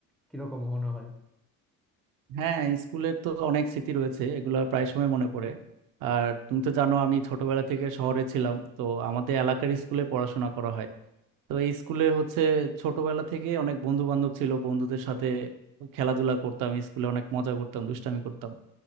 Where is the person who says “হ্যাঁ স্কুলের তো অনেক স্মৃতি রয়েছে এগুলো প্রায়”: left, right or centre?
Right